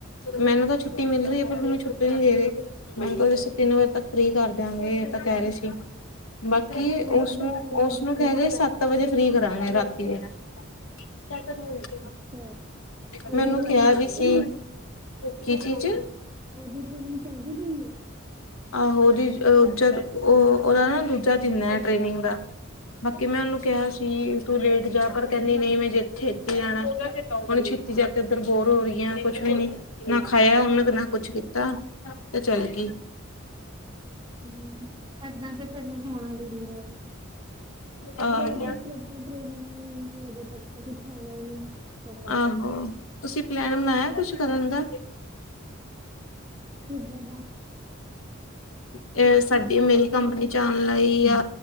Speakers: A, on the left; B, on the right.
A: ਮੈਨੂੰ ਤਾਂ ਛੁੱਟੀ ਮਿਲ ਰਹੀ ਹੈ ਪਰ ਮੈਨੂੰ ਛੁੱਟੀ ਨਹੀਂ ਦੇ ਰਹੀ। ਮੈਨੂੰ ਤੁਸੀਂ ਤਿੰਨ ਵਜੇ ਤੱਕ ਫ੍ਰੀ ਕਰ ਦਿਆਂਗੇ ਇਹ ਤਾਂ ਕਹਿ ਰਹੇ ਸੀ। ਬਾਕੀ
B: ਅੱਛਾ ਉਹਨੂੰ
A: ਉਸਨੂੰ-ਉਸਨੂੰ
B: ਕਦੋਂ ਕਰਾਂਗੇ ਫਿਰ
A: ਕਹਿ ਰਹੇ ਸੱਤ ਵਜੇ ਫ੍ਰਰੀ ਕਰਾਂਗੇ ਰਾਤੀ ਦੇ। <unintelligible>
B: ਅੱਛਾ ਉਹਦੀ
A: ਮੈਨੂੰ
B: ਟ੍ਰੇਨਿੰਗ
A: ਕਿਹਾ ਵੀ
B: ਚਲਦੀ
A: ਸੀ
B: ਹੈ।
A: ਕੀ ਚੀਜ਼?
B: ਉਹਦੀ ਟ੍ਰੇਨਿੰਗ ਚੱਲਦੀ ਪਈ ਹੈ।
A: ਆਹੋ ਉਹਦੀ ਉਹ ਉਹਦਾ ਨਾ ਦੂਜਾ ਦਿਨ ਹੈ ਟ੍ਰੇਨਿੰਗ ਦਾ। ਬਾਕੀ ਮੈਂ ਉਹਨੂੰ ਕਿਹਾ ਸੀ ਤੂੰ ਲੇਟ ਜਾ ਪਰ ਕਹਿੰਦੀ ਨਹੀਂ ਮੈਂ ਛੇਤੀ ਜਾਣਾ ਹੁਣ ਛੇਤੀ ਜਾਕੇ ਉੱਧਰ ਬੋਰ ਹੋ ਗਈ ਆ ਕੁੱਛ ਵੀ ਨੀ ਨਾ ਖਾਇਆ ਉਹਨਾਂ ਨਾ ਕੁੱਛ ਕੀਤਾ। ਤੇ ਚੱਲ ਗਈ।
B: ਹੂ, ਏਦਾਂ ਤੇ ਫਿਰ ਹੋਣਾ ਦਿੰਦੇ।
A: ਆਹੋ।
B: ਜਦੋਂਸੀ ਜਦੋਂ ਫੇਰ, ਹੋਰ ਟ੍ਰੇਨਿੰਗ ਨਹੀਂ ਮਿਲਣੀ ਉਦੋਂ ਤੱਕ ਤਾਂ ਕੁੱਛ ਆਉਣਾ ਹੀ ਨਹੀਂ। ਸਮਝ
A: ਆਹੋ! ਤੁਸੀਂ ਪਲੈਨ ਬਣਾਇਆ ਕੁੱਛ ਕਰਨ ਦਾ।
B: ਕਿੱਦਾਂ ਦਾ।
A: ਇਹ ਸਾਡੀ ਮੇਰੀ ਕੰਪਨੀ ਚ' ਆਣ ਲਈ ਆ।